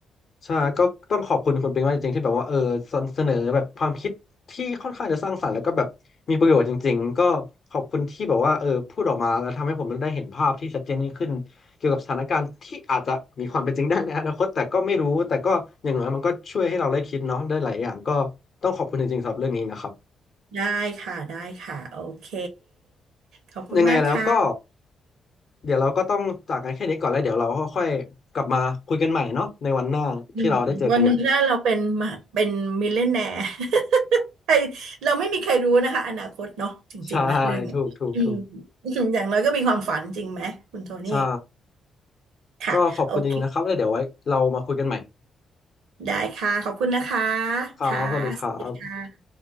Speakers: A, on the left; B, on the right.
A: ใช่ก็ต้องขอบคุณคุณเปิงมากจริงๆที่แบบว่าเออเสนเสนอแบบความคิดที่ค่อนข้างจะสร้างสรรค์แล้วก็แบบมีประโยชน์จริงๆก็ขอบคุณที่แบบว่าเออพูดออกมาแล้วทำให้ผมได้เห็นภาพที่ชัดเจนยิ่งขึ้นเกี่ยวกับสถานการณ์ที่อาจจะมีความเป็นจริงได้ในอนาคตแต่ก็ไม่รู้แต่ก็อย่างน้อยมันก็ช่วยให้เราได้คิดเนาะได้หลายอย่างก็ต้องขอบคุณจริงๆสำหรับเรื่องนี้นะครับ
B: ได้ได้ค่ะได้ค่ะโอเคขอบคุณมากค่ะ
A: ยังไงแล้วก็เดี๋ยวเราก็ต้องจากกันแค่นี้ก่อนแล้วเดี๋ยวเราค่อยๆกลับมาคุยกันใหม่เนาะในวันหน้าที่เราได้เจอกันอีก
B: อืมวันหนี้ถ้าเราเป็นมาเป็นมิลเลนแนร์ <laughs> ใครเราไม่มีใครรู้นะคะอนาคตเนาะจริงๆนะเรื่องเนี้ย
A: ใช่ถูกถูกถูก
B: <laughs> อย่างน้อยก็มีความฝันจริงไหมคุณโทนี่
A: ใช่
B: ค่ะโอเค
A: ก็ขอบคุณจริงๆนะครับแล้วเดี๋ยวไว้เรามาคุยกันใหม่
B: ได้ค่ะขอบคุณนะคะ
A: ครับสวัสดีครับ
B: ค่ะสวัสดีค่ะ